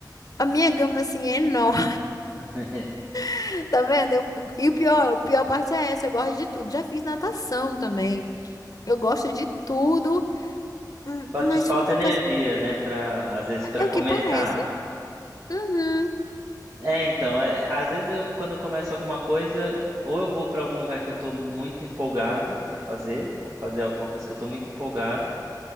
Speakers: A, on the left (about 55°); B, on the right (about 45°).
A: A minha gama, assim, é enorme,
B: <laughs>
A: <laughs> tá vendo? Eu- e o pior, a pior parte é essa, eu gosto de tudo. Já fiz natação também, eu gosto de tudo, hum,
B: só te
A: mas
B: falta
A: falta...
B: energia,
A: pers-
B: né? Pra, às vezes, pra
A: É
B: começar.
A: o que parece. Uhum,
B: É, então, é, às vezes eu, quando eu começo alguma coisa, ou eu vou para algum lugar que eu tô muito empolgado para fazer, fazer alguma coisa que eu tô muito empolgado,